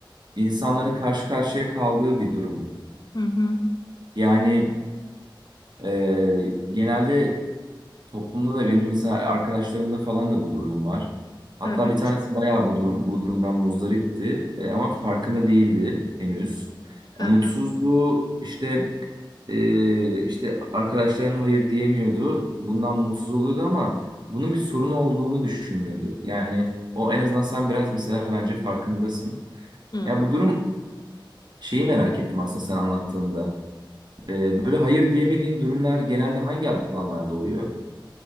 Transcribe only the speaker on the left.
Hı hı,
evet.
Hı
hı.
Hı.